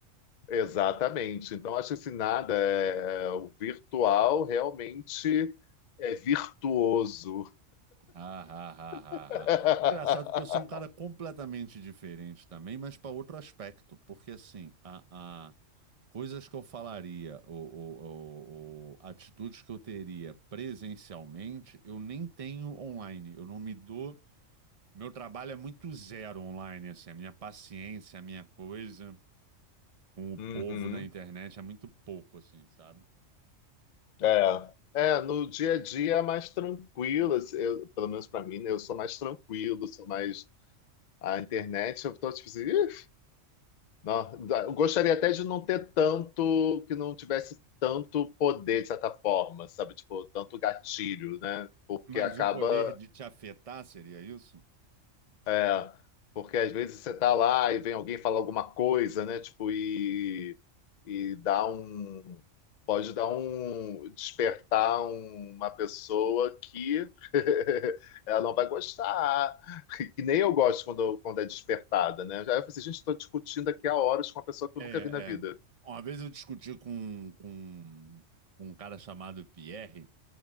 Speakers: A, on the left; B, on the right.
A: Exatamente. Então, acho que esse nada é, é, o virtual realmente é virtuoso.
B: Ah, ah, ah,
A: <laughs>
B: ah, ah. Engraçado porque eu sou um cara completamente diferente também, mas para outro aspecto. Porque assim, a, a- coisas que eu falaria, ou, ou- ou- ou atitudes que eu teria presencialmente, eu nem tenho online. Eu não me dou Meu trabalho é muito zero online, assim. A minha paciência, a minha coisa com o
A: Uhum.
B: povo da internet é muito pouco, assim, sabe?
A: É. É, no dia a dia é mais tranquilo, assim, eu- pelo menos para mim, né? Eu sou mais tranquilo, sou mais. A internet, eu tô tipo assim, "Ih, não, dá- eu gostaria até de não ter tanto, que não tivesse tanto poder, de certa forma, sabe? Tipo, tanto gatilho, né? Porque
B: Mas
A: acaba.
B: o poder de te afetar seria isso?
A: É, porque às vezes você tá lá e vem alguém falar alguma coisa, né? Tipo, e, e dá um. Pode dar um. Despertar um- uma pessoa que <laughs> ela não vai gostar. Que nem eu gosto quando, quando é despertada, né? Aí eu falei assim, gente, estou discutindo aqui há horas com uma pessoa que
B: É,
A: eu nunca vi na vida.
B: é. Uma vez eu discuti com, com, com um cara chamado Pierre,